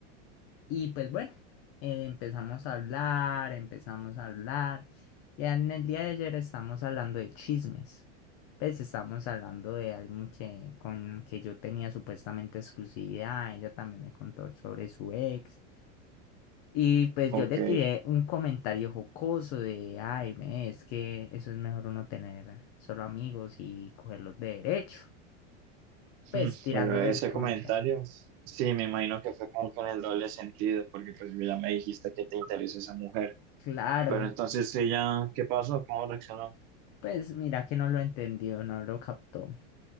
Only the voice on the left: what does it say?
y pues bueno, eh, empezamos a hablar, empezamos a hablar y en el día de ayer estamos hablando de chismes. Pues estamos hablando de alguien que con que yo tenía supuestamente exclusividad, ella también me contó sobre su ex. Y pues
yo le tiré un comentario jocoso de, ay, ve, es que eso es mejor uno tener solo amigos y cogerlos de derecho. Pues
tirándole
el comentario.
Claro,
pues mira que no lo entendió, no lo captó.